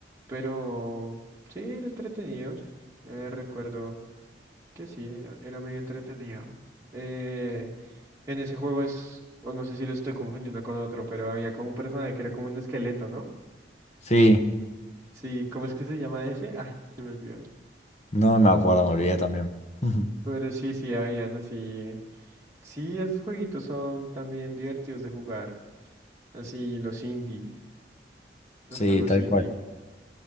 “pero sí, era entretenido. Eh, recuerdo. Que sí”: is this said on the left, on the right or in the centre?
Right